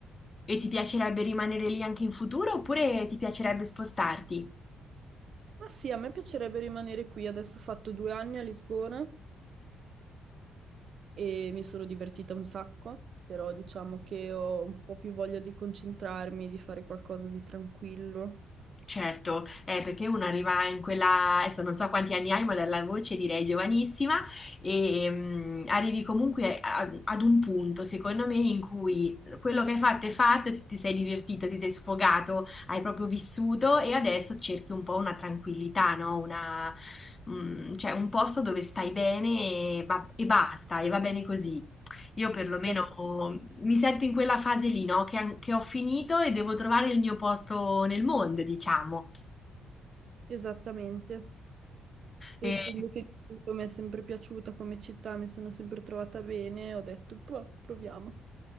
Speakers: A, on the left (about 25°); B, on the right (about 55°).
A: E ti piacerebbe rimanere lì anche in futuro oppure ti piacerebbe spostarti?
B: Ma sì, a me piacerebbe rimanere qui. Adesso ho fatto due anni a Lisbona e mi sono divertita un sacco, però diciamo che ho un po' più voglia di concentrarmi, di fare qualcosa di tranquillo.
A: Certo, eh, perché uno arriva in quella, adesso non so quanti anni hai, ma dalla voce direi giovanissima, e mm, arrivi comunque a- ad un punto, secondo me, in cui quello che hai fatto è fatto, ti ti sei divertito, ti sei sfogato, hai proprio vissuto e adesso cerchi un po' una tranquillità, no? Una, mm, cioè un posto dove stai bene e, va- e basta, e va bene così. Io perlomeno
B: Esat-
A: oh, mi sento in quella fase lì, no? Che, an- che ho finito e devo trovare il mio posto nel mondo, diciamo.
B: Esattamente. Essendo
A: E
B: che mi è sempre piaciuta come città, mi sono sempre trovata bene, ho detto "Pro- proviamo.